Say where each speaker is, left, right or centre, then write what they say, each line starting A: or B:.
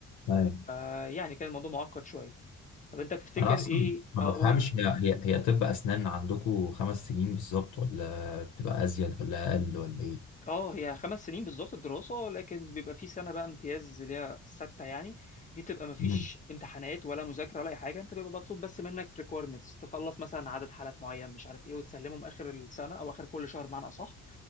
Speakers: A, on the left (about 75°); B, on the left (about 25°).
A: ايوه
B: فيعني كان الموضوع معقد شويه طب انت تفتكر
A: انا اصلا
B: ايه
A: ما
B: اقول
A: بفهمش هي هي, هي طب اسنان عندكم خمس سنين بالظبط ولا بتبقى ازيد ولا اقل ولا ايه
B: اه هي خمس سنين بالظبط الدراسة لكن بيبقى في سنة بقى امتياز اللي هي ستة يعني دي تبقى مفيش
A: مم.
B: امتحانات ولا مذاكرة ولا أي حاجة أنت بيبقى مطلوب بس منك requirements تخلص مثلا عدد حالات معين مش عارف إيه وتسلمهم آخر السنة أو آخر كل شهر بمعنى أصح